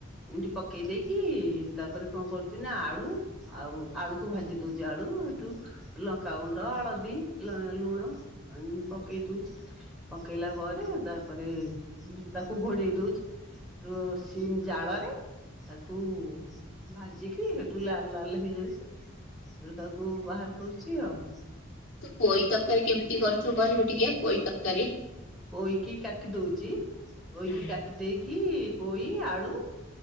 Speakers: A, in the centre; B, on the left (about 70°).
A: ଏମତି ପକେଇ ଦେଇ କି ତାପରେ କଣ କରୁଛି ନା ଆଳୁ ଆଉ ଆଳୁକୁ ଭାଜି ଦଉଛି ଆଳୁ ଏଇଠୁ- ଲଙ୍କାଗୁଣ୍ଡ, ହଳଦୀ, ଲୁଣ ପକେଇ ଦଉଛି। ପକେଇଲା ପରେ ତାପରେ ତାକୁ ଘୋଡେଇ ଦଉଛି ର ସିମ ଜାଳରେ ତାକୁ ଭାଜିକି ସେଠୁ ଲାଲ ଲାଲ ହେଇଯାଉଛି ସେଠୁ ତାକୁ ବାହାର କରୁଛି ଆଉ।
B: ପୋଇ ତରକାରୀ କେମିତି କରୁଛୁ କହିବୁ ଟିକେ ପୋଇ ତରକାରୀ?
A: ପୋଇକି କାଟି ଦଉଛି। ପୋଇକି
B: ହୁଁ
A: କାଟି ଦେଇେକି ପୋଇ, ଆଳୁ